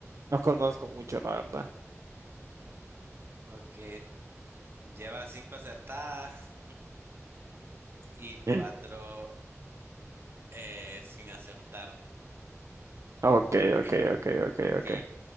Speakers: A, on the right; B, on the right.
A: No conozco mucho, la verdad.
B: Ok. Lleva cinco acertadas <laughs> y cuatro
A: <laughs>
B: eh, sin acertar.
A: Ok,
B: <clears throat>
A: ok, ok, ok,
B: Ok,
A: ok.